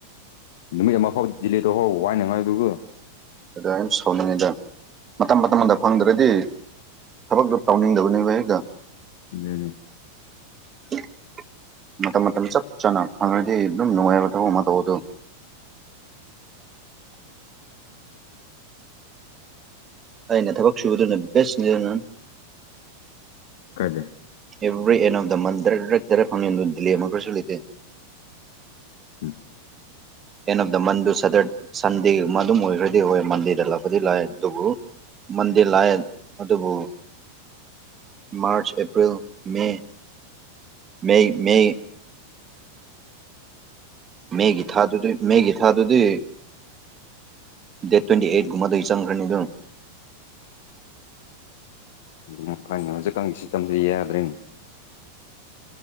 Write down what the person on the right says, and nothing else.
ꯑ ꯑ ꯁꯣꯅꯤꯡꯉꯤꯗ ꯃꯇꯝ ꯃꯇꯝ ꯑꯃꯗ ꯐꯪꯗ꯭ꯔꯗꯤ ꯊꯕꯛꯇꯣ ꯇꯧꯅꯤꯡꯗꯕꯅꯤ ꯋꯥꯍꯦꯛꯒ
<inaudible> ꯃꯇꯝ ꯃꯇꯝ ꯆꯞ ꯆꯥꯅ ꯐꯪꯉ꯭ꯔꯗꯤ ꯑꯗꯨꯝ ꯅꯨꯡꯉꯥꯏꯕ ꯊꯕꯛ ꯃꯇꯧ ꯑꯗꯨ ꯑꯩꯅ ꯊꯕꯛ ꯁꯨꯕꯗꯨꯅ ꯕꯦꯁ ꯅꯤꯅꯟ
every end of the month ꯗꯔꯛ drug drug ꯐꯪꯅꯤꯟ ꯑꯗꯨ ꯗꯤꯜꯂꯤ ꯑꯃ ꯀꯩꯁꯨ ꯂꯩꯇꯦ
ꯑꯦꯟ ꯑꯣꯐ ꯗ ꯃꯟꯗꯨ ꯁꯗꯠ ꯁꯟꯗꯤ ꯃꯗꯨꯝ ꯑꯣꯏꯈ꯭ꯔꯗꯤ ꯑꯣꯏ ꯃꯟꯗꯤꯗ ꯂꯥꯛꯄꯗꯤ ꯂꯥꯛꯑꯦ ꯑꯗꯨꯕꯨ ꯃꯗꯤꯔ ꯂꯑ ꯑꯗꯨꯕꯨ ꯃꯥꯔꯆ ꯑꯦꯄ꯭ꯔꯤꯜ ꯃ ꯃꯦ ꯃꯦ ꯃꯦꯒꯤ ꯊꯥꯗꯨꯗꯤ ꯃꯦꯒꯤ ꯊꯥꯗꯨꯗꯤ ꯗꯦꯠ ꯇ꯭ꯋꯦꯟꯇꯤ ꯑꯩꯠ ꯒ ꯃꯗꯨꯒꯤ ꯆꯒ꯭ꯔꯅꯤꯗꯨ <unintelligible>